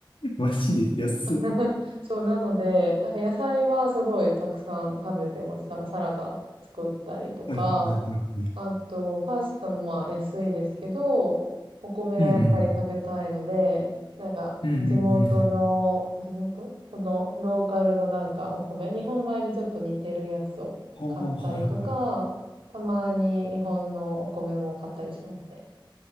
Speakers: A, on the left; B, on the right.
A: マジで安っ。
B: <laughs> そう、なので、なんか野菜はすごいたくさん食べてます。なんかサラダ作ったりとか、
A: はいはいはいはい。
B: あと、パスタもまあ安いですけど、お米がやっぱり食べたいので、
A: うんうん。
B: なんか地元の、
A: うんうんうんうん。
B: 地元このローカルのなんかお米、日本米にちょっと似てるやつを買ったりとか、
A: ああ、はいはい。
B: たまに日本のお米も買ったりしますね。